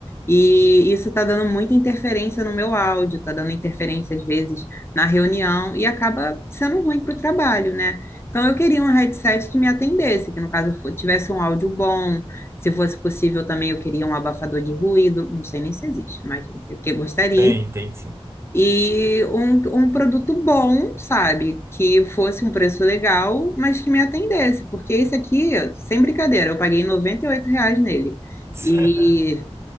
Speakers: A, on the left (about 25°); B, on the right (about 25°).
A: E isso tá dando muita interferência no meu áudio, tá dando interferência às vezes na reunião e acaba sendo ruim pro trabalho, né? Então eu queria um headset que me atendesse, que no caso fo- tivesse um áudio bom, se fosse possível também, eu queria um abafador de ruído, não sei nem se existe, mas eu que gostaria.
B: Tem, tem sim.
A: E um, um produto bom, sabe? Que fosse um preço legal, mas que me atendesse. Porque esse aqui, sem brincadeira, eu paguei 98 reais nele.
B: <laughs>
A: E,